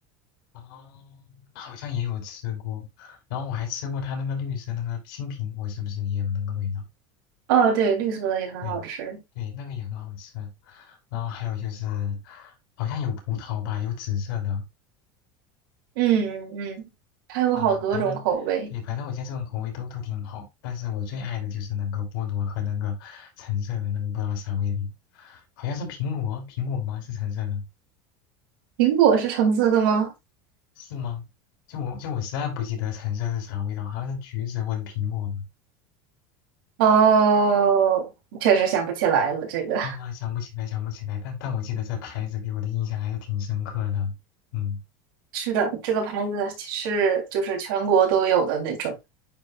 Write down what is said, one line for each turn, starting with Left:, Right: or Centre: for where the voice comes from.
Left: 哦，那好像也有吃过，然后我还吃过它那个绿色那个青苹果，是不是也有那个味道？
Right: 哦，对，绿色的也很好吃。
Left: 对，对，那个也很好吃。然后还有就是，好像有葡萄吧，有紫色的。
Right: 嗯嗯，它有好多种口味。
Left: 嗯，反正对，反正我觉得这种口味都都挺好，但是我最爱的就是那个菠萝和那个橙色的那个不知道啥味的，好像是苹果，苹果吗？是橙色的，
Right: 苹果是橙色的吗？
Left: 是吗？就我就我实在不记得橙色是啥味道，好像是橘子或者苹果吧。
Right: 哦，确实想不起来了。这个
Left: 啊，我还想不起来，想不起来，但但我记得这牌子给我的印象还是挺深刻的。嗯，
Right: 是的，这个牌子是就是全国都有的那种。